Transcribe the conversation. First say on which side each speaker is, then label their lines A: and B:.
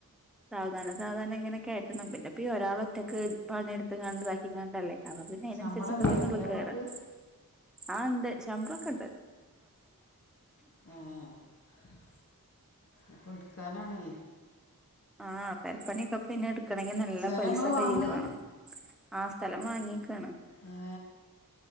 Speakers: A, in the centre; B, on the left.
A: സാവധാനം സാവധാനം ഇങ്ങനെയൊക്കെ ആയിട്ടന്ന പിന്നെ ഇപ്പ ഒരാള ഒറ്റക്ക്പണിയെടുത്ത് കണ്ട്ക്കങ്ങണ്ടല്ലേ അപ്പ പിന്നെ അതിനനുസരിച്ചൊക്കെ
B: ശമ്പളല്ലേ
A: തന്നെ
B: പുതിയാപ്പൾക്ക്
A: ഒള്ള് കെയറാൻ ആ എണ്ട് ശമ്പളോക്കെണ്ട്
B: ആ <unintelligible> അപ്പൊ ഇടുക്കാനാണെ
A: ആ പെരപ്പണിയൊക്കെ പിന്നെ എടുക്കണെങ്കി നല്ല
B: സ്ഥലം
A: പൈസ
B: ഇങ്ങള് വാങ്ങേ
A: കയ്യില് വേണം ആ സ്ഥലം വാങ്ങിക്കണം
B: ഏ